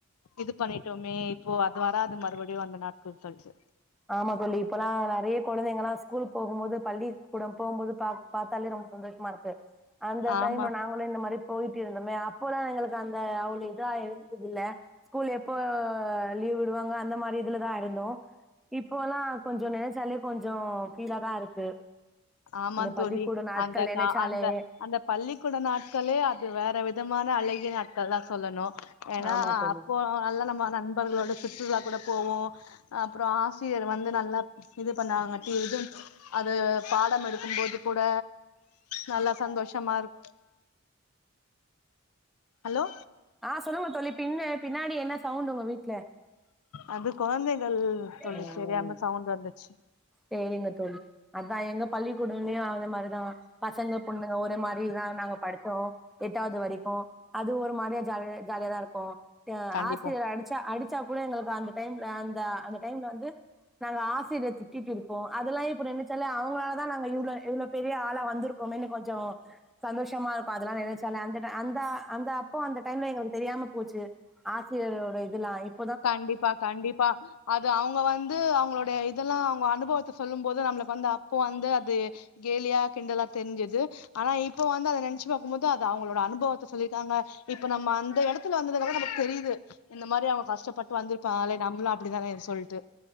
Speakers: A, on the left; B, in the centre.
A: இது பண்ணிட்டோமே இப்போ அது வராது மறுபடியு அந்த நாட்கள் கழிச்சு
B: ஆமா தோழி இப்பெல்லா நறைய குழந்தைங்கல்லா ஸ்கூலுக்கு போம் போது பள்ளிக்கூடம் போம்போது பா பாத்தாலே ரொம்ப சந்தோஷமா இருக் குது அந்த டைம்
A: ஆமா
B: நாங்களும் இந்த மாதிரி போயிட்டு இருந்தோமே அப்பல்லா எங்களு அந்த அவ்ளோ இதா இருந்தது இல்ல ஸ்கூல் எப்போ லீவ் விடுவாங்க அந்த மாறி இதுல தா இருந்தோ இப்போ எல்லா கொஞ்சோ நெனைச்சாலே கொஞ்சோ ஃபீலா தா இருக்கு
A: ஆமா
B: அந்த
A: தோழி
B: பள்ளிக்கூட நாட்கள்
A: அந்த
B: நெனைச்சாலே
A: கா அந்த அந்த பள்ளிக்கூட நாட்களே அது வேற விதமான அழகிய நாட்கள் தா சொல்லணு ஏன்னா
B: ஆமா தோழி
A: அப்போ எல்லா நம்ம நண்பர்களோட சுற்றுலா கூட போவோ அப்புறோ ஆசிரியர் வந்து நல்லா இது பண்ணாங்க டி இது அது பாடம் எடுக்கும்போது கூட நல்லா சந்தோஷமா இருக் ஹலோ
B: ஆ சொல்லுங்க தோழி பின்ன பின்னாடி என்ன சவுண்ட் உங்க வீட்ல
A: அது கொழந்தைகள் தோழி
B: ம்
A: தெரியாம சவுண்ட் வந்துச்சு
B: சேரிங்க தோழி அத்தா எங்க பள்ளிக்கூடலயையு அந்த மாறி தோ பசங்க பொண்ணுங்க ஒரே மாறிதா நாங்க படிச்சோ எட்டாது வரிக்கும் அது ஒரு மாறியா ஜாலியா ஜாலியாதா இருக்கும்
A: கண்டிப்பா
B: ஆசிரியர் அடுத் ச்சா அடிச்சா கூட எங்களுக்கு அந்த டைம் அ அந்த டைம் ல வந்து நாங்க ஆசிரியர் திட்டிட்டு இருப்போ அதெல்லா இப்ப நினைச்சாலே அவங்களாலதா நாங்க இவ்ளோ இவ்ளோ பெரிய ஆளா வந்திருக்கோமேன்னு கொஞ்சோ சந்தோஷமா இருக்கும் அதெல்லா நெனச் சாலே அந்த டை அந்த அப்போ அந்த டைம்ல எங்களுக்கு தெரியாம போச்சு ஆசிரியரோட இதுல்லா இப்
A: கண்டிப்பா கண்டிப்பா அது அவுங்க வந்து அவங்களுடைய இதெல்லா அவுங்க அனுபவத்த சொல்லும் போது நம்மளுக்கு வந்து அப்போ வந்து அது கேலியா கிண்டலா தெரிஞ்சது ஆனா இப்ப வந்து அத நெனைச்சு பாக்கும் போது அது அவங்களோட அனுபவத்த சொல்லியிருக்காங்க இப்ப நம்ம அந்த எடத் துல வந்ததுக்கு அப்றோ நமக்கு தெரியிது இந்த மாறி அவங்க கஷ்டப்பட்டு வந்திருப்பாங்களே நம்பளும் அப்டிதானே சொல்ட்டு